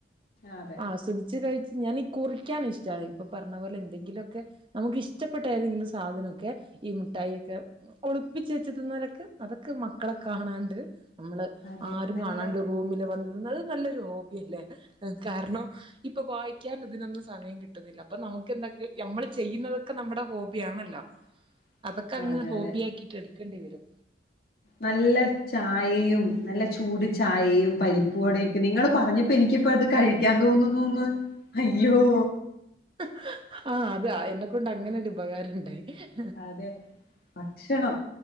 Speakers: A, on the left; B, on the right.
A: ആതെ..
B: ആസ്വദിച്ച് കഴിച്ച് ഞാനീ. കുറിക്കാൻ ഇഷ്ടണ്. ഇപ്പപറഞ്ഞ പോലെ എന്തെങ്കിലുക്കെ.. നമുക്ക് ഇഷ്ടപ്പെട്ട ഏതെങ്കിലും. സാധനൊക്കെ. ഈ മുഠായിക്കെ.. ഒളിപ്പിച്ച് വെച്ചി തിന്നനൊക്കെ. അതൊക്കെ മക്കളെ കാണാണ്ട്.. നമ്മള്
A: അതെ
B: ആരും
A: നല്ല
B: കാണാണ്ട്. രുറൂമില് വന്ന് നല്ല നല്ല ഹോബിയല്ലേ. കാരണം.. ഇപ്പൊ വായിക്കാൻ ഇതിനൊന്നും സമയം കിട്ടുന്നില്ല. അപ്പൊ നമുക്ക് എന്താക്കി. നമ്മൾ ചെയ്യുന്നതൊക്കെ നമ്മടെ ഹോബിയാണല്ലോ.
A: <inaudible>
B: അതൊക്കെ അങ്ങ്.
A: അതെ
B: ഹോബി
A: അതെ
B: ആക്കിട്ട്. എടുക്കണ്ടി വെരും..
A: നല്ല.. ചായയും നല്ല ചൂട് ചായയും പരിപ്പടെയൊക്കെ. നിങ്ങൾ പറഞ്ഞപ്പോ എനിക്കിപ്പ. അത് കഴി ക്യാൻ തോന്നുന്നുന്ന്. അയ്യോ..
B: ഹ് ആഹ അതാ. എന്നെക്കൊണ്ട്. അങ്ങനൊരു. ഉപകാരണ്ടായി. ഹ്..
A: അതെ ഭക്ഷണം.